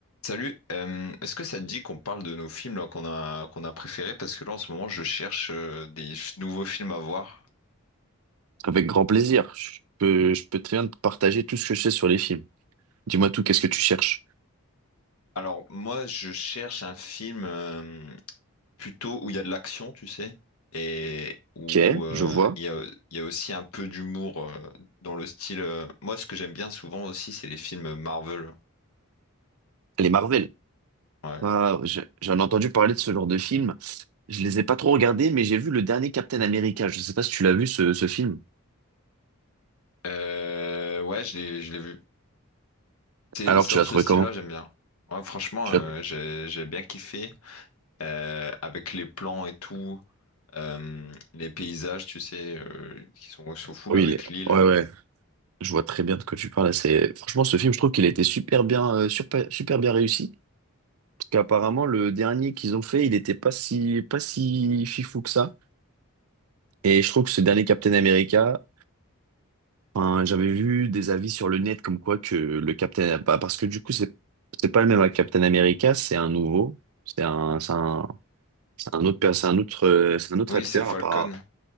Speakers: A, on the left; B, on the right.
A: Salut, euh, est-ce que ça te dit qu'on parle de nos films là, qu'on a, qu'on a préférés? Parce que là en ce moment je cherche euh, des f- nouveaux films à voir.
B: Avec grand plaisir. Je peux, je peux très bien te partager tout ce que je sais sur les films. Dis-moi tout, qu'est-ce que tu cherches?
A: Alors moi je cherche un film euh, plutôt où il y a de l'action, tu sais, et où
B: Ok,
A: euh,
B: je vois.
A: il y a, il y a aussi un peu d'humour euh, dans le style. euh, Moi ce que j'aime bien souvent aussi c'est les films Marvel.
B: Les Marvel.
A: Ouais,
B: Ah, j'ai- j'en ai entendu parler de ce genre de film. Je les ai pas trop regardés, mais j'ai vu le dernier Captain America. Je sais pas si tu l'as vu, ce, ce film.
A: Euh, ouais je l'ai, je l'ai vu. C'est
B: Alors,
A: c'est
B: tu
A: dans
B: l'as
A: ce
B: trouvé
A: style-là
B: comment?
A: j'aime bien. Ouais, franchement
B: Tu
A: euh,
B: l'as-
A: j'ai, j'ai bien kiffé euh, avec les plans et tout. Euh, les paysages, tu sais, euh, qui sont au full
B: Oui,
A: avec
B: il est-
A: l'île.
B: ouais, ouais. Je vois très bien de quoi tu parles. C'est... Franchement, ce film, je trouve qu'il a été super bien, euh, super, super bien réussi. Parce qu'apparemment, le dernier qu'ils ont fait, il était pas si, pas si fifou que ça. Et je trouve que ce dernier Captain America, Enfin, j'avais vu des avis sur le net comme quoi que le Captain, bah, parce que du coup c'est c'est pas le même avec Captain America, c'est un nouveau, c'est un c'est un c'est un autre per- c'est un autre euh, c'est un autre
A: Oui,
B: acteur
A: c'est Falcon.
B: à part.